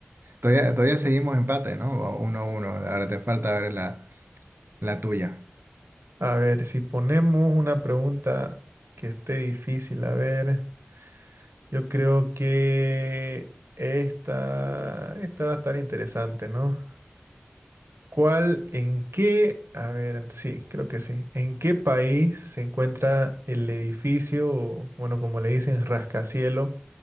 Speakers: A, on the right; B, on the right.
A: Todavía, todavía seguimos empate, ¿no? O Uno a uno. Ahora te falta ver la, la tuya.
B: A ver, si ponemos una pregunta que esté difícil, a ver, yo creo que esta, esta va a estar interesante, ¿no? ¿Cuál, en qué, a ver, sí, creo que sí, en qué país se encuentra el edificio, o, bueno, como le dicen, rascacielos